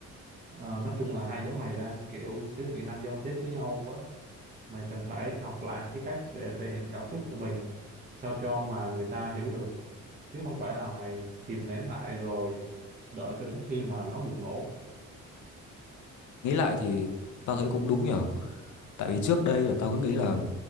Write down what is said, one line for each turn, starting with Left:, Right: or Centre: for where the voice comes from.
Right: À, nói chung là hai đứa mày đang kiểu thiếu kỹ năng giao tiếp với nhau á. Mày cần phải học lại cái cách để thể hiện cảm xúc của mình, sao cho mà người ta hiểu được. Chứ không phải là mày kìm nén lại rồi đợi cho đến khi mà nó bùng nổ.
Left: nghĩ lại thì tao thấy cũng đúng nhở tại vì trước đây là tao cứ nghĩ là